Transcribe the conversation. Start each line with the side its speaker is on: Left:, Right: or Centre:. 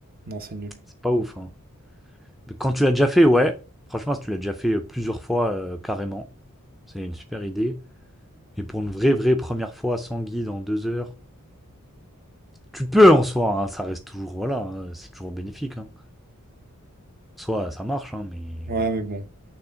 Right: Non, c'est nul.
Centre: C'est pas ouf, hein. Mais quand tu l'as déjà fait, ouais. Franchement, si tu l'as déjà fait euh, plusieurs fois, euh, carrément, c'est une super idée. Mais pour une vraie, vraie première fois sans guide en deux heures, Tu peux en soi, hein, ça reste toujours, voilà, hein, c'est toujours bénéfique. Hein. En soi, ça marche, hein, mais...
Right: Ouais, mais bon,